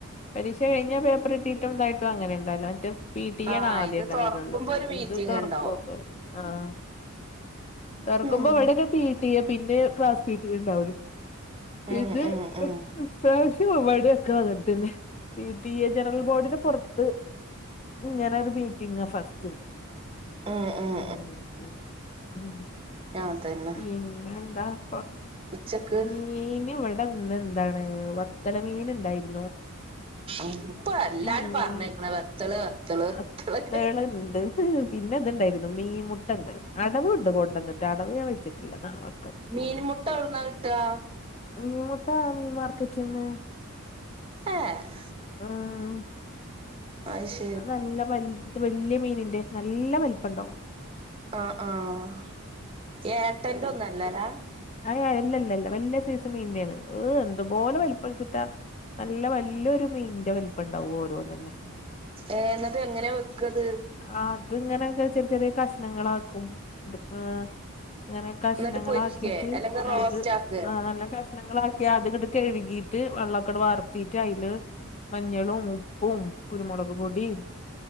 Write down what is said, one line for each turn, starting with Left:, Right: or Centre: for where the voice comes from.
Left: പരീക്ഷ കഴിഞ്ഞാൽ പേപ്പർട്ടീട്ടും ഇതായിട്ടും അങ്ങനെ ഉണ്ടാലോ മറ്റും പി ട്ടി യാ
Right: ആഹ്
Left: ണ് ആദ്യം
Right: ഇത്
Left: ഉണ്ടാവലുള്ളൂ
Right: തുറക്കുമ്പോ ഒരു മീറ്റിംഗ്
Left: ഇത് തുറക്കുപ്പം
Right: ഉണ്ടാവും
Left: ആഹ് തൊറക്കുമ്പോ
Right: ഉം
Left: ഇവിടെയൊക്കെ പി ടി എ പിന്നെ ക്ലാസ് പി ടി എ ഉണ്ടാവല്
Right: ഉം
Left: ഇത്
Right: ഉം ഉം
Left: ഇപ്രാവശ്യം മഴൊക്കെ അങ്ങൻത്തന്നെ പി ടി എ ജനറൽ ബോർഡിന് പൊറത്ത് ഇങ്ങനെ ഒരു മീറ്റിംഗ ഫസ്റ്റ്ണ്ട്
Right: ഉം ഉം
Left: ആഹ് <unintelligible> ഉം
Right: ഞാൻ തൻ
Left: പിന്നെന്താപ്പൊ
Right: ഉച്ചക്ക്
Left: മീൻ ഇവിടന്ന് ന്താണ് വത്തല്മീൻണ്ടായിനു
Right: ഇതിപ്പൊ എല്ലാരും
Left: മീൻ
Right: പറഞ്ഞേക്കണ് വെത്തള്
Left: വത്തളുണ്ട്
Right: വെത്തള്
Left: പിന്നെ ഇതുണ്ടായിന്നു മീൻ മുട്ടണ്ട്. അടവുണ്ട് കൊണ്ടന്നിട്ട് അടവ് ഞാൻ വെച്ചിട്ടില്ല നാളെ
Right: മീൻ മുട്ട എവിടുന്നാ കിട്ടാ
Left: മീ മുട്ട മീ മാർക്കറ്റിന്ന്
Right: ഏഹ്
Left: ഉം
Right: <unintelligible>
Left: അത് നല്ല വൽത് വല്യ മീനിന്റെ നല്ല വലിപ്പംണ്ടാവും
Right: ആഹ് ആഹ് ഏട്ടന്റെ ഒന്നും അല്ലലാ
Left: <unintelligible> ഇല്ല ഇല്ല ഇല്ല വല്യ സൈസ് മീന്റെയാണ് ഏഹ് എന്തൊ പോലെ വലിപ്പാ വെച്ചിട്ടാ നല്ല വല്ല്യൊരു മീന്റെ വലിപ്പംണ്ടാവും ഓരോന്നന്നെ
Right: ഏഹ് എന്നിട്ട് എങ്ങനെ വെക്കത്
Left: അത്ങ്ങനെയൊക്കെ ചെറിയ ചെറിയ കഷ്ണങ്ങളാക്കും <unintelligible> അങ്ങനെ കഷ്ണങ്ങളാക്കിട്ട്
Right: എന്നിട്ട് പൊരിക്കേ അല്ലെങ്കിൽ റോസ്റ്റ്
Left: അത്
Right: ആക്കേ
Left: ആഹ് നല്ല കഷ് കഷ്ണങ്ങളാക്കി അത്ങ്ങട്ട് കഴുകീട്ട് വെള്ളൊക്ക അങ്ങട് വാർത്തീട്ട് അയില് മഞ്ഞളും ഉപ്പും കുരുമുളക് പൊടീം